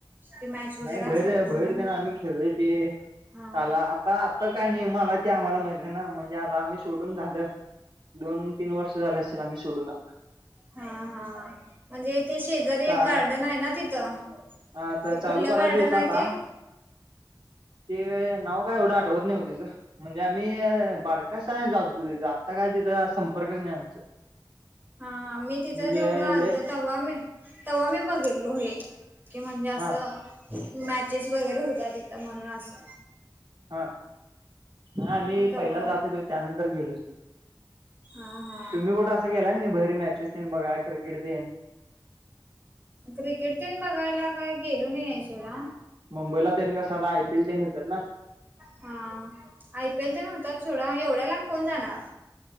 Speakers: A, on the right (about 25°); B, on the right (about 80°).
A: की मॅच वगैरे
B: नाही
A: असतात
B: बाहेर
A: म्हणून,
B: बाहेर जाण आम्ही खेळलोय ते.
A: हा
B: साला आता आता काही नाही. मला ते आम्हाला माहित नाही ना, म्हणजे आता आम्ही सोडून झालं. दोन तीन वर्ष, झाले असेतील आम्ही सोडून आता.
A: हा हा म्हणजे ते शेजारी
B: आता
A: एक गार्डन आहे ना तिथं.
B: आता
A: ते कुठलं
B: चालू करायचं
A: गार्डन
B: होतं आता
A: आहे ते?
B: ते नाव काय एवढं आठवत नाही. हो तिचं. म्हणजे आम्ही बारक आसतान जात होतो तिथ. आत्ता काय तिथं संपर्कच नाही आमचा.
A: हा मी तिथं
B: म्हणजे
A: तेवढं आलतो.
B: लय
A: तेव्हा मी तेव्हा मी बघितलो हे. कि म्हणजे असं.
B: हा
A: मॅचेस वगैरे होतात. तिथं म्हणून असं.
B: हा हा मी
A: मग तेव्हा
B: पहिला जात होतो. त्यानंतर गेलो नाही.
A: हा हा.
B: तुम्ही कुठं अस गेलाय का नाही? बाहेर मॅचेस तेन बघायला क्रिकेट तेन?
A: क्रिकेट तेन बघायला काय गेलो नाही आहे सोडा.
B: मुंबईला तेन कस आता आय पी एल तेन होतात ना.
A: हा आय पी एल तेन होत्यात सोडा. एवढ्या लांब कोण जाणार.